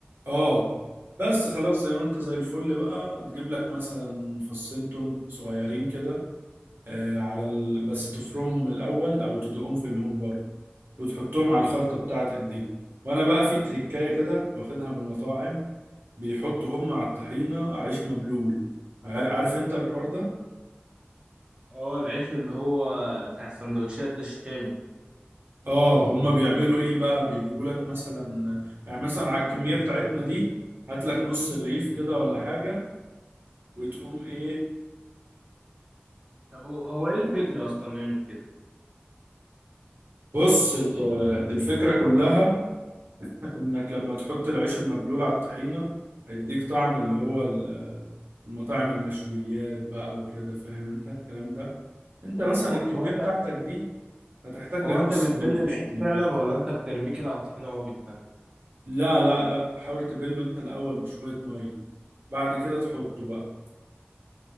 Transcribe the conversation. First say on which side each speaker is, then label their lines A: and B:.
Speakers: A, on the right; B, on the right.
A: اه بس خلاص زي ما انت زي الفل بقى تجيب لك مثلا فصين توم صغيرين كده آه على ال... بس تفرمهم الاول او تدقهم في الهوم بار وتحطهم على الخلطه بتاعتك دي وانا بقى في تريكايه كده واخدها من المطاعم بيحطوا هم على الطحينه عيش مبلول عار- عارف انت الحوار ده
B: اه العيش اللي هو بتاع السندوتشات ده الشامي
A: اه هم بيعملوا ايه بقى بيجيبوا لك مثلا يعني مثلا على الكميه بتاعتنا دي هات لك نص رغيف كده ولا حاجه وتقوم ايه,
B: طب هو هو ايه
A: إيه
B: الفكرة اصلا نعمل كده
A: بص ال- الفكرة كلها <laughs> إنك لما تحط العيش المبلول على الطحينة هيديك طعم اللي هو ال- المطاعم المشويات بقى وكده فاهم أنت الكلام ده أنت
B: هو
A: مثلا
B: هو
A: الكمية
B: هو انت
A: بتاعتك دي هتحتاج
B: هو
A: لك
B: انت
A: نص
B: بتبل
A: رغيف
B: العيش
A: مش كتير
B: فعلا ولا انت بترميه كده على الطحينه وهو بيتبل
A: لا لا لا حاول تبله أنت الأول بشوية مية بعد كده تحطه بقى